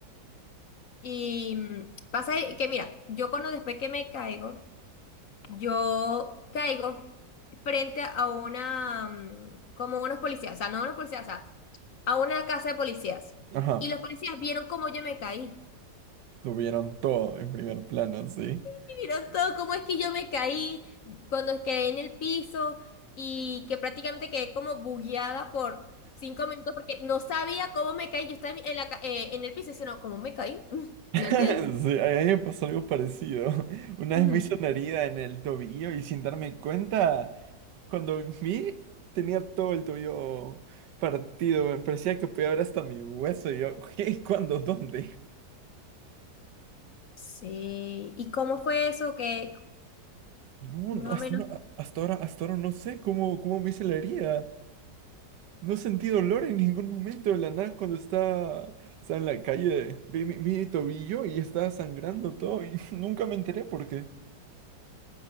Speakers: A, on the left; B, on the right.
A: Y mm, pasa que, mira, yo cuando después que me caigo. yo caigo frente a una, mm, como unos policías, o sea, no unos policías, o sea, a una casa de policías.
B: Ajá,
A: Y los policías vieron cómo yo me caí.
B: lo vieron todo en primer plano, sí. <laughs>
A: Y vieron todo cómo es que yo me caí, cuando quedé en el piso y que prácticamente quedé como bugueada por cinco minutos porque no sabía cómo me caí. Yo estaba en la, ca- eh, en el piso y diciendo, ¿cómo me caí? <laughs>
B: Sí,
A: No entiendo.
B: a mí me pasó algo parecido. <laughs> Una
A: Ujú.
B: vez me hizo una herida en el tobillo y sin darme cuenta, cuando vi, tenía todo el tobillo partido. Me parecía que podía ver hasta mi hueso. Y yo, <laughs> ¿qué? ¿Cuándo? ¿Dónde?
A: Sí. ¿Y cómo fue eso? Que
B: No,
A: más
B: no, hasta,
A: o menos.
B: no- hasta ahora, hasta ahora no sé cómo, cómo me hice la herida. No he sentido dolor en ningún momento de la nada cuando está, está en la calle. Vi mi, mi tobillo y está sangrando todo y <laughs> nunca me enteré por qué.